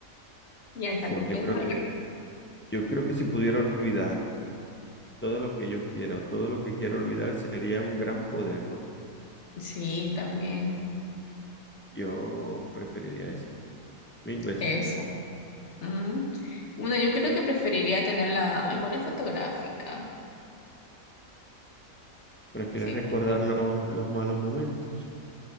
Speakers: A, on the left; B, on the left.
A: Piénsalo,
B: Fu, yo
A: piénsalo.
B: creo,
A: bien.
B: yo creo que si pudiera olvidar todo lo que yo quiera o todo lo que quiero olvidar sería un gran poder, vamos.
A: Sí, también.
B: Yo preferiría eso, mil veces.
A: Eso. Ujú. Bueno, yo creo que preferiría tener la memoria fotográfica.
B: Prefiero
A: Sí,
B: recordar
A: sí.
B: los, los malos momentos.